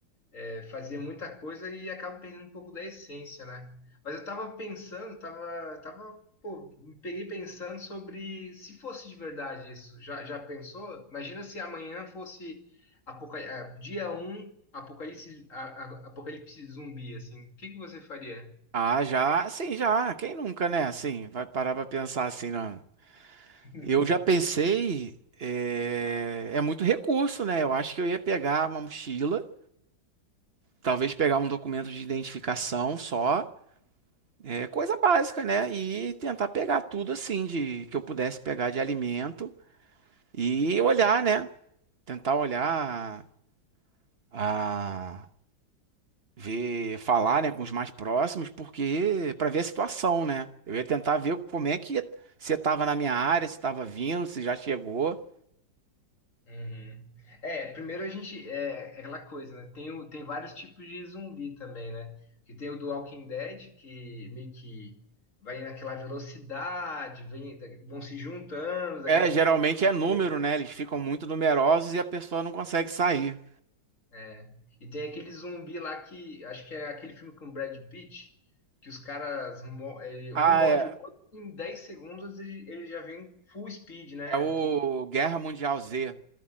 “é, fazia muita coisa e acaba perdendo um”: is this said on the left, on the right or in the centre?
Left